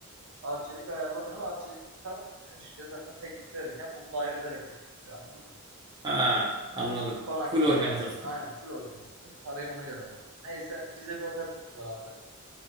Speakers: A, on the right; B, on the right.
A: Arçelik ayarlamıyor. Arçelik'ten bizim şirket zaten teklif verirken bunu dahil ederek teklif veriyor. Anladın mı?
B: Ha, anladım.
A: Konaklama
B: Full organizasyon.
A: kal. Aynen full organizasyon. Parayı ona göre alıyor. Neyse bize bir otel tuttular abi.